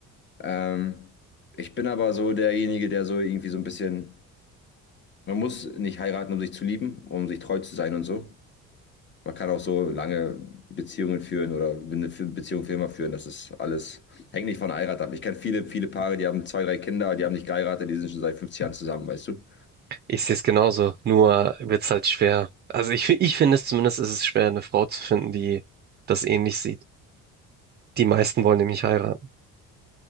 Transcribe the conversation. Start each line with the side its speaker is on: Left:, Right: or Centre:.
Left: Ähm, ich bin aber so derjenige, der so irgendwie so ein bisschen, man muss nicht heiraten, um sich zu lieben, um sich treu zu sein und so. Man kann auch so lange Beziehungen führen oder eine F- Beziehung für immer führen. Das ist alles, hängt nicht von der Heirat ab. Ich kenne viele, viele Paare, die haben zwei, drei Kinder, die haben nicht geheiratet, die sind schon seit 50 Jahren zusammen, weißt du?
Right: Ich sehe es genauso, nur wird es halt schwer. Also ich, fi- ich finde es zumindest, ist es schwer, eine Frau zu finden, die das ähnlich sieht. Die meisten wollen nämlich heiraten.